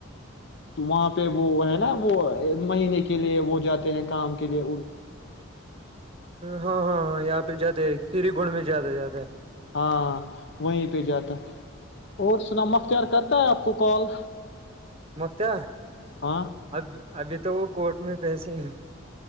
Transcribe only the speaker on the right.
ہاں ہاںاں یہاں پہ جاتے کھیری گنڈ میں جیاد جاتدا ہے
مختار
ابھی ابھی تو وہ کوٹ میں پیسے ہیں